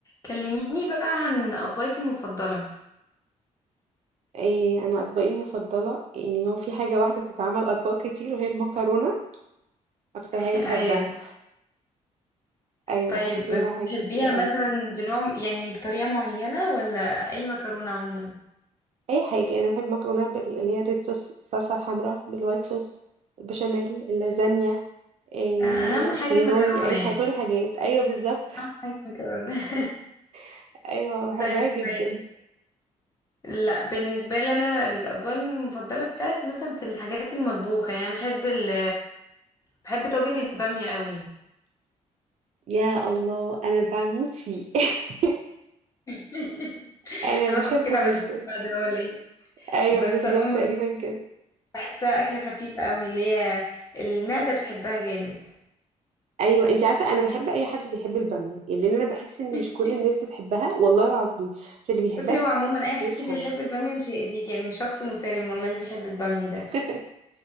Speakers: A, on the left (about 25°); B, on the right (about 60°).
A: كلميني بقى عن أطباقك المفضلة
B: إيه انا اطباقي المفضله يعني هو في حاجه واحده بتتعمل اطباق كتير وهي المكرونه اكتر
A: <laughs>
B: حاجه بحبها
A: أيوة
B: ايوه
A: طيب
B: بحب فيها
A: بتحبيها
B: بقى حاجات كتير قوي
A: مثلا بنوع يعني بطريقة معينة ولا أي مكرونة عموما
B: اي حاجه يعني بحب مكرونه بال- اللي هي الريد صوص الصلصه الحمراء بالوايت صوص البشاميل اللازانيا إيه
A: أ- أهم حاجة
B: الكرينولي
A: مكرونة
B: اي
A: يعني
B: حاجه كل الحاجات ايوه بالظبط
A: أهم حاجة مكرونة <laughs>
B: <laughs> ايوه بحبها
A: طيب
B: جدا
A: كويس لا بالنسبة لي أنا الأطباق المفضلة بتاعتي مثلا في الحاجات المطبوخة يعني بحب ال بحب طاجن البامية قوي
B: يا الله انا بموت فيه <laughs>
A: <laughs>
B: انا
A: هندخل
B: بحبه
A: كده على
B: جدا
A: شكل بعد هو ليه
B: ايوه
A: بس
B: بالظبط
A: عموما
B: تقريبا كده
A: بحسها أكلة خفيفة قوي اللي هي المعدة بتحبها جامد
B: ايوه انت عارفه انا بحب اي حد بيحب الباميه يعني لان انا بحس ان
A: <laughs>
B: مش كل الناس بتحبها والله العظيم فاللي بيحبها
A: بصي
B: ده
A: هو
B: بحس
A: عموما
B: إنه
A: اي حد
B: بيفهم
A: بيحب الباميه مش هيأذيك يعني شخص مسالم والله اللي بيحب الباميه ده
B: <laughs>